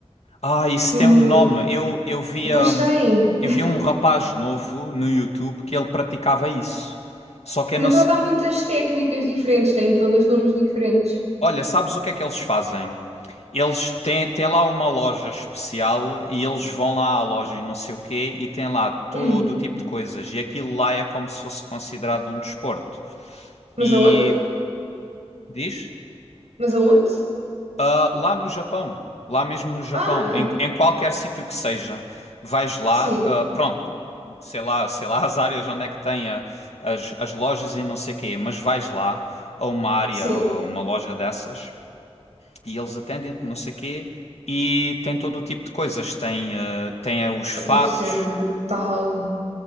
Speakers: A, on the left; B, on the right.
A: Ah, isso
B: Hum,
A: tem um nome. Eu, eu via,
B: pois
A: hum,
B: tem.
A: eu via um rapaz novo no YouTube que ele praticava isso. Só que eu
B: Na
A: não
B: verdade,
A: sei.
B: há muitas técnicas diferentes, têm todas nomes diferentes.
A: Olha, sabes o que é que eles fazem? Eles têm, têm lá uma loja especial e eles vão lá à loja e não sei o quê e têm lá todo
B: Hum,
A: o tipo de coisas. E aquilo lá é como se fosse considerado um desporto.
B: mas
A: E
B: aonde?
A: diz?
B: Mas aonde?
A: Ah, lá no Japão, lá mesmo no Japão,
B: Ah,
A: em, em qualquer sítio que seja, vais lá,
B: sim,
A: ah, pronto, sei lá, sei lá <laughs> as áreas onde é que tem a- as, as lojas e não sei quê, mas vais lá a uma área
B: sim.
A: ou a uma loja dessas e eles atendem-te, não sei quê, e tem todo o tipo de coisas, tem, ah, tem ah, os fatos.
B: Deve ser brutal.